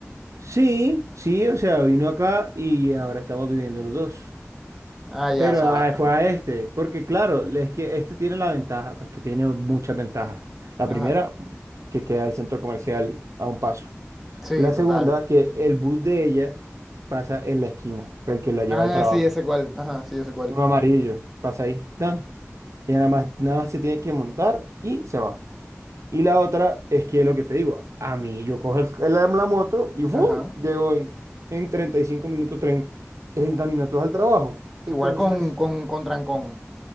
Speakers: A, on the right; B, in the centre.
A: Sí, sí, o sea, vino acá y ahora estamos viviendo los dos.
B: Ah, ya,
A: Pero
B: o sea.
A: ah,
B: Ajá.
A: fue a este, porque claro, es que este tiene la ventaja, pues que tiene muchas ventajas. La
B: ajá.
A: primera, que queda el centro comercial a un paso.
B: Sí,
A: La
B: total.
A: segunda, que el bus de ella pasa en la esquina, el que la lleva
B: Ah,
A: al trabajo.
B: sí, ese cual. Ajá, sí, ese cual.
A: Uno amarillo, pasa ahí. ¡Tan! Ella nada más, nada más se tiene que montar y se va. Y la otra es que lo que te digo, a mí yo cojo el- la, la moto y ¡fum!
B: Ajá.
A: Llego en, en 35 minutos, tren- 30 minutos al trabajo. Entonces,
B: Igual con, con, con Trancón.